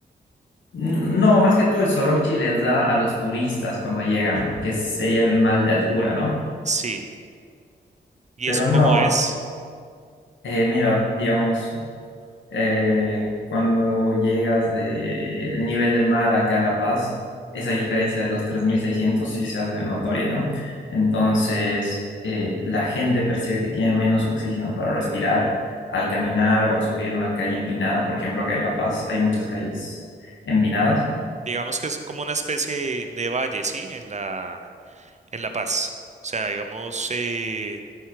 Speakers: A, on the left; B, on the right.
A: No, más que todo el soroche les da a los turistas cuando llegan, que sería el mal de altura, ¿no?
B: Sí. ¿Y
A: Pero
B: eso
A: no,
B: cómo es?
A: eh, mira, digamos. eh, cuando llegas del nivel del mar acá a La Paz, esa diferencia de los 3.600 sí se hace notoria, ¿no? Entonces, eh, la gente percibe que tiene menos oxígeno para respirar al caminar o al subir una calle empinada. Por ejemplo, acá en La Paz hay muchas calles empinadas.
B: Digamos que es como una especie de, de valle, ¿sí? En la, en La Paz. O sea, digamos, eh,